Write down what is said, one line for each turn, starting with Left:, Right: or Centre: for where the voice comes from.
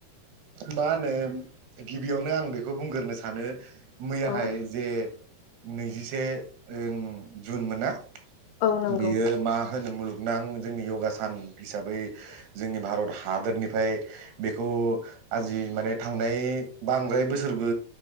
Right: मा होनो गिबियावनो आं बेखौ बुंग्रोनो सानो मैयाहाय
Left: औ
Right: जे नैजिसे ओ जुन मोनना
Left: औ नंगौ
Right: बियो मा? होनो मुलुगनां जोंनि योगा सान हिसाबै जोंनि भारत हादरनिफ्राय बेखौ आजि माने थांनाय बांद्राय बोसोरबो